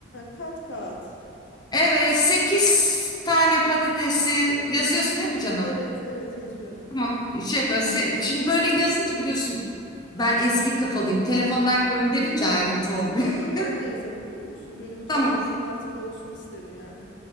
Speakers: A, on the left (about 65°); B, on the left (about 20°).
A: kat kat.
B: Evet, 8 tane patatesi yazıyorsun değil mi canım?
A: Evet, evet yazıyorum.
B: Tamam, şey yapıyorum. Se- Şimdi böyle yazınca biliyorsun ben eski kafalıyım. Telefondan gönderince ayrıntı olmuyor.
A: Yok yok ben de yazarım biliyor musun?
B: <laughs>
A: Böyle mutfakta
B: Tamam,
A: elimin altında olsun isterim yani.